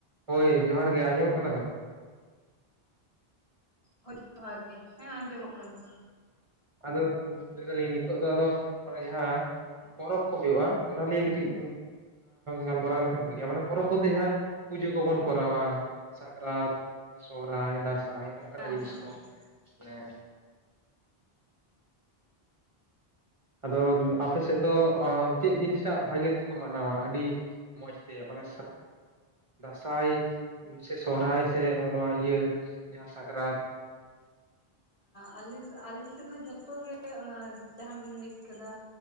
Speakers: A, on the right; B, on the left.
A: ᱦᱳᱭ ᱡᱚᱦᱟᱨ ᱜᱮ, ᱟᱸᱡᱚᱢᱚᱜ ᱠᱟᱱᱟ ᱛᱚ?
B: ᱦᱳᱭ ᱡᱚᱦᱟᱨ ᱜᱮ, ᱦᱮᱸ ᱟᱸᱡᱚᱢᱚ-ᱜ ᱠᱟᱱᱟ ᱾
A: ᱟᱫᱚ ᱞᱟᱹᱭ ᱫᱟᱞᱤᱧ ᱱᱤᱛᱚᱜ ᱫᱚ, ᱟᱫᱚ ᱚᱱᱮ ᱡᱟᱦᱟᱸ ᱯᱚᱨᱚᱵᱽ ᱠᱚ ᱦᱩᱭᱩᱜᱼᱟ᱾ ᱚᱱᱟ ᱞᱤᱭᱮ ᱠᱟᱹᱴᱤᱡ ᱜᱟᱞᱢᱟᱨᱟᱣ ᱞᱮᱠᱷᱟᱱ ᱵᱷᱟᱜᱤᱜᱼᱟ᱾ ᱢᱟᱱᱮ ᱯᱚᱨᱚᱵᱽ ᱵᱚᱞᱛᱮ ᱡᱟᱦᱟᱸ ᱯᱩᱡᱟᱹ ᱠᱚᱵᱚᱱ ᱠᱚᱨᱟᱣ-ᱟ᱾ ᱥᱟᱠᱨᱟᱛ, ᱥᱚᱨᱦᱟᱭ, ᱫᱟᱸᱥᱟᱭ ᱾ ᱚᱱᱠᱟᱱᱟ-ᱜ
B: ᱦᱮᱸ
A: ᱡᱤᱱᱤᱥ
B: ᱦᱮᱸ
A: ᱠᱚ, ᱢᱟᱱᱮ ᱟᱫᱚ ᱟᱯᱮ ᱥᱮᱫ ᱫᱚ, ᱪᱮᱫ ᱡᱤᱱᱤᱥᱴᱟ-ᱜ ᱵᱷᱟᱜᱮ ᱛᱮᱠᱚ ᱢᱟᱱᱟᱣ-ᱟ ᱾ ᱟᱹᱰᱤ ᱢᱚᱡᱽ ᱛᱮ ᱢᱟᱱᱮ ᱫᱟᱸᱥᱟᱭ ᱥᱮ ᱥᱚᱦᱦᱟᱭ ᱥᱮ ᱱᱚᱣᱟ ᱤᱭᱟᱹ ᱡᱟᱦᱟᱸ ᱥᱟᱠᱨᱟᱛ?
B: ᱟᱞ ᱟᱞᱮ ᱥᱮᱫ ᱫᱚ ᱡᱷᱚᱛᱚᱜ ᱜᱮ, ᱚᱱᱟ ᱡᱟᱦᱟᱸ ᱵᱤᱱ ᱞᱟᱹᱭ ᱠᱮᱫᱟ᱾